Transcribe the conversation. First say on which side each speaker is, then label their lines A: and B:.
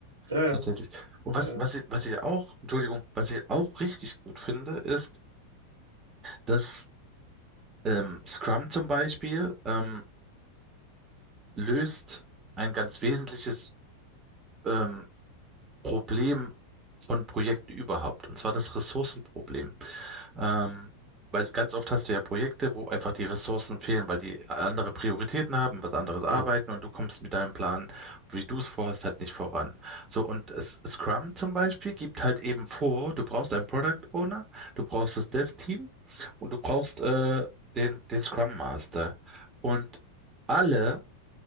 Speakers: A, on the right; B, on the right.
A: ja.
B: Tatsächlich. Und
A: Ja.
B: was, was ich, was ich auch, Entschuldigung, was ich auch richtig gut finde, ist, dass ähm, Scrum zum Beispiel ähm, löst ein ganz wesentliches ähm, Problem von Projekten überhaupt, und zwar das Ressourcenproblem. Ähm, weil ganz oft hast du ja Projekte, wo einfach die Ressourcen fehlen, weil die andere Prioritäten haben, was anderes arbeiten
A: Hm,
B: und du kommst mit deinem Plan, wie du es vorhast, halt nicht voran. So, und es, Scrum zum Beispiel gibt halt eben vor, du brauchst einen Product Owner, du brauchst das Dev-Team und du brauchst äh, den, den Scrum Master. Und alle,